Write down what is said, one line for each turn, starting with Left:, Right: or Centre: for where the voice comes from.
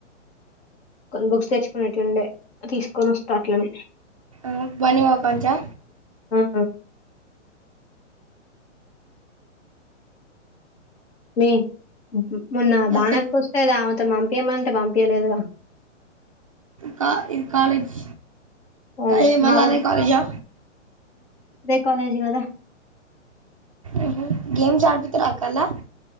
Left: కొన్న్ బుక్స్ తెచ్చుకునేటివి ఉండే తీస్కొనివస్తా అట్లనే
Right: ఆ బానివా కాంచా
Left: ఆ నే మొన్న
Right: ఇది
Left: బన్నక్క వస్తే దా అవతొన్ పంపియమంటే పంపియలేదు గా
Right: కా ఇది కాలేజ్
Left: అదే
Right: ఏ మల్ల
Left: మాధవ్
Right: అదే కాలేజా
Left: అదే కాలేజీ కదా
Right: ఆ గేమ్స్ అడ్పితరా అక్క అల్లా